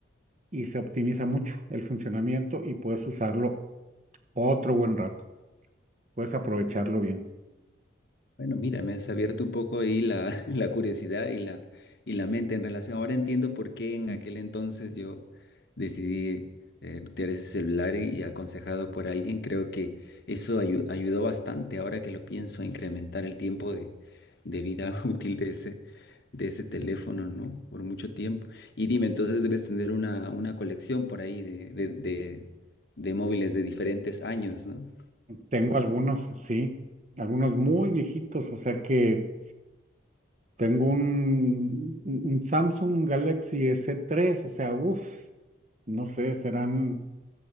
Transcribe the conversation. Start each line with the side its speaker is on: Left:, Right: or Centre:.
Right: y se optimiza mucho el funcionamiento y puedes usarlo otro buen rato, puedes aprovecharlo bien.
Left: Bueno, mira, me has abierto un poco ahí la, <laughs> la curiosidad y la, y la mente en relación. Ahora entiendo por qué en aquel entonces yo decidí eh, retirar ese celular y aconsejado por alguien. Creo que eso ayu- ayudó bastante ahora que lo pienso a incrementar el tiempo de, de vida <laughs> útil de ese, de ese teléfono, ¿no? Por mucho tiempo. Y dime, entonces debes tener una, una colección por ahí de, de, de, de móviles de diferentes años, ¿no?
Right: Tengo algunos, sí, algunos muy viejitos, o sea que tengo un, un Samsung Galaxy S3, o sea, uff, no sé, serán,